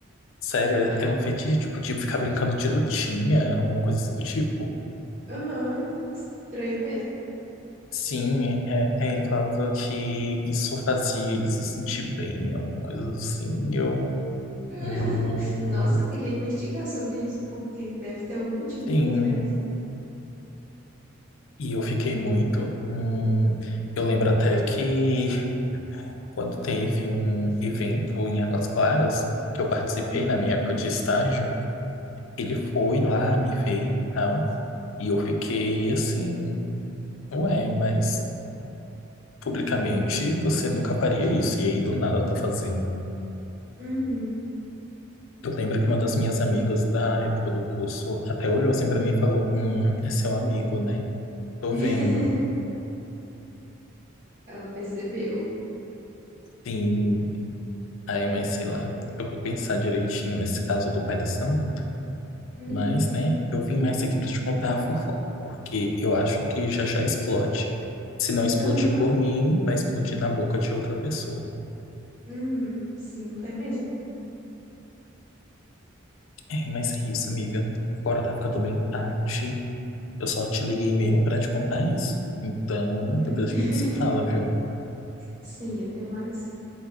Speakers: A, on the left; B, on the right.
A: sério, era um fetiche tipo de ficar brincando de lutinha, alguma coisa assim do tipo.
B: Aham, estranho mesmo.
A: Sim, é, é, ele falava que isso fazia ele se sentir bem, alguma coisa assim. E eu,
B: <laughs>
A: hum,
B: Nossa, eu queria investigar sobre isso, porque deve ter algum motivo
A: sim,
B: por trás.
A: e eu fiquei muito. hum. eu lembro até que quando teve um evento em Águas Claras, que eu participei
B: Uhum.
A: na minha época de estágio, ele foi lá, me veio e tal, e eu fiquei assim, ué, mas publicamente você nunca faria isso, e aí do nada tá fazendo.
B: Uhum.
A: Eu lembro que uma das minhas amigas da época do curso até olhou assim pra mim e falou: Hum, é seu amigo, né? Tô
B: <laughs>
A: vendo.
B: Ela percebeu.
A: Sim. Aí, mas sei lá. Eu vou pensar direitinho nesse caso do pai da Samantha.
B: Uhum.
A: Mas, né, eu vim
B: Sim.
A: mais aqui pra te contar a fofoca, porque eu acho que já já explode. Se não explodir
B: Aham.
A: por mim, vai explodir na boca de outra pessoa.
B: Uhum. Sim, vai mesmo.
A: É, mas é isso, amiga. Agora tá ficando bem tarde. Eu só te liguei mesmo pra te contar isso. Então,
B: Uhum.
A: depois
B: <laughs>
A: a gente se fala, viu?
B: Sim, até mais.